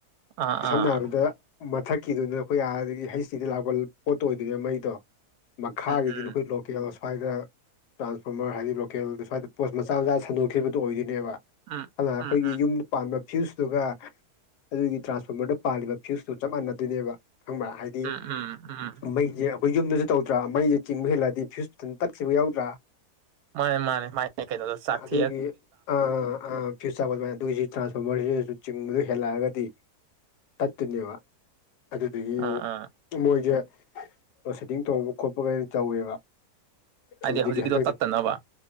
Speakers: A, on the right; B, on the left.
A: ꯑꯥ
B: ꯁꯝꯅ
A: ꯑꯥ
B: ꯍꯥꯏꯔꯕꯗ ꯃꯊꯛꯀꯤꯗꯨꯅ ꯑꯩꯈꯣꯏ ꯑꯥꯗꯒꯤ ꯍꯩꯁ ꯗꯤꯗ ꯂꯥꯛꯄ ꯄꯣꯠꯇꯣ ꯑꯣꯏꯗꯣꯏꯅꯦ ꯃꯩꯗꯣ ꯃꯈꯥꯒꯤꯗꯤ
A: ꯎꯝ ꯎꯝ
B: ꯅꯈꯣꯏ ꯂꯣꯀꯦꯜ ꯑꯁ꯭ꯋꯥꯏꯗ ꯇ꯭ꯔꯥꯟꯁꯐꯣꯝꯃꯔ ꯍꯥꯏꯗꯤ ꯂꯣꯀꯦꯜ ꯑꯁ꯭ꯋꯥꯏꯗ ꯄꯣꯁ ꯃꯆꯥ ꯃꯆꯥ ꯁꯟꯗꯣꯛꯈꯤꯕꯗꯣ ꯑꯣꯏꯗꯣꯏꯅꯦꯕ
A: ꯎꯝ
B: ꯑꯗꯨꯅ ꯑꯈꯣꯏꯒꯤ
A: ꯎꯝ
B: ꯌꯨꯝꯗ ꯄꯥꯟꯕ ꯐ꯭ꯌꯨꯁꯇꯨꯒ ꯑꯗꯨꯒꯤ ꯇ꯭ꯔꯥꯟꯁꯐꯣꯝꯃꯔꯗ ꯄꯥꯜꯂꯤꯕ ꯐ꯭ꯌꯨꯁꯇꯣ ꯆꯞ ꯃꯥꯟꯅꯗꯣꯏꯅꯦꯕ ꯈꯪꯕ꯭ꯔ ꯍꯥꯏꯗꯤ
A: ꯎꯝ ꯎꯝ ꯎꯝ ꯎꯝ
B: ꯃꯩꯖꯦ ꯑꯈꯣꯏ ꯌꯨꯝꯗꯖꯨ ꯇꯧꯗ꯭ꯔ ꯃꯩꯖꯦ ꯆꯤꯡꯕ ꯍꯦꯜꯂꯛꯑꯗꯤ ꯐ꯭ꯌꯨꯁ <unintelligible> ꯇꯠꯈꯤꯕ ꯌꯥꯎꯗ꯭ꯔ
A: ꯃꯥꯅꯦ ꯃꯥꯅꯦ ꯃꯥꯥꯏ <unintelligible>
B: ꯑꯗꯨꯒꯤ ꯑꯥ ꯑꯥ ꯐ꯭ꯌꯨꯁ <unintelligible> ꯑꯗꯨꯒꯤꯁꯤ ꯇ꯭ꯔꯥꯟꯁꯐꯣꯔꯃꯔꯁꯤꯗꯁꯨ ꯆꯤꯡꯕꯗꯨ ꯍꯦꯜꯂꯛꯑꯒꯗꯤ ꯇꯠꯇꯨꯏꯅꯦꯕ ꯑꯗꯨꯗꯨꯒꯤ
A: ꯑꯥ ꯑꯥ
B: ꯃꯣꯏꯖꯦ ꯔꯣꯁꯦꯗꯤꯡ ꯇꯧꯕ ꯈꯣꯠꯄꯒꯗꯣ ꯇꯧꯋꯦꯕ
A: ꯍꯥꯏꯗꯤ
B: ꯑꯗꯨꯗꯒꯤ
A: ꯍꯧꯖꯤꯛꯀꯤꯗꯣ
B: ꯍꯟꯗꯛꯁꯦ
A: ꯇꯠꯇꯅꯕ